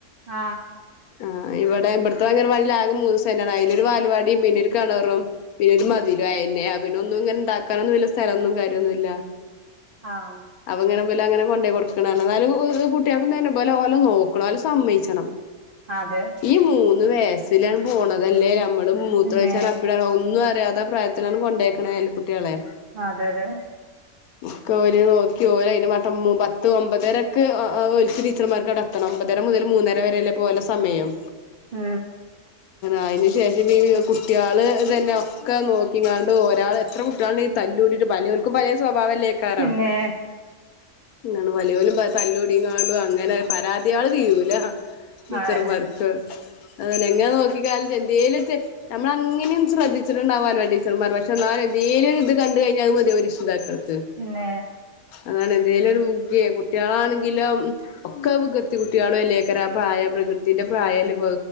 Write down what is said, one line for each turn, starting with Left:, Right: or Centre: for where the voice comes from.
Right: ആ
Left: ആ ഇവിടെ ഇബ ത്തെ അഗലാവാടീല് ആക്കെ മൂന്ന് സെൻറ്റാണ് അയിലൊരു വാലവാടിം പിന്നെ ഒരു കെണറും പിന്നെ മതിലും അയന്നെ പിന്നെ ഒന്നു ഇങ്ങനെ ഇണ്ടാക്കാനൊന്നും വല്ല്യ സ്ഥലൊന്നും കാര്യൊന്നുല്ല
Right: ആഹ്
Left: അപ്പങ്ങനെ ഇവലങ്ങനെ കൊണ്ടോയ് കൊടുക്ക്നാന്ന് എന്നാലും ഉം ഉം കുട്ടികൾക്കും തന്നെ ഇബലേ ഓലോ നോക്കുന്നോലെ സമ്മയിച്ചണം
Right: അതെ
Left: ഈ മൂന്ന് വഴസ്സിലാണ് പോണതല്ലേ നമ്മള് മൂത്രൊയ്ച്ചാലൊ
Right: പിന്നെ
Left: അപ്പിടാള്ളൊ ഒന്നും അ യതാ പ്രായത്തിലാണ്ട് കൊണ്ടേക്ക്ണെല്ലേ കു ട്ട്യളെ
Right: അതെ അതെ
Left: ഒക്കെ ഓല് നോക്കി ഓലയിന്റെ മട്ടം മ് പത്ത് ഒമ്പ രക്ക് ഓ ഓ ടീച്ചർമാർക്ക് അവിടെ എത്തണം ഒമ്പതര മുതൽ മൂന്നര വരെയല്ലേപ്പ ഓലെ സമയം
Right: ആ
Left: അയിന് ശേഷം ഈ കുട്ട്യാള് തന്നെ ഒക്കെ നോക്കിക്കാണ്ട് ഒരാളെ എത്ര കുട്ട്യാള്ണ്ടെയി തല്ലു കൂട്ടിട്ട് പലൊല്ക്കും പലെ സ്വഭാവല്ലേക്കാരം
Right: പിന്നെ
Left: അങ്ങനെ വലിയോലും ത തല്ലൂടിക്കാണ്ടുങ്ങനെ പരാതിയാള് തീരൂല ടീച്ചർ
Right: അതന്നെ
Left: മാർക്ക്‌ അതന്നെ എങ്ങനെ നോക്കിക്കാല് എന്തേലൊരു തെ നമ്മളങ്ങനി ശ്രദ്ധിച്ചിട്ടുണ്ടാവാലൊ ടീച്ചർമാര് പക്ഷെ എന്നാലും എന്തേലും ഒരു ഇത് കണ്ട് കഴിഞ്ഞാ അത് മതിയാവും രക്ഷിതാക്കള്
Right: പിന്നെ
Left: അതാണ് എന്തേലും ഒരു വിക്കെ കുട്ട്യാളാണെങ്കിലോ ഉം ഒക്കെ വികൃതി കുട്ട്യാളു അല്ലേക്കാരം ആ പ്രായം പ്ര വികൃതിന്റെ പ്രായല്ലേ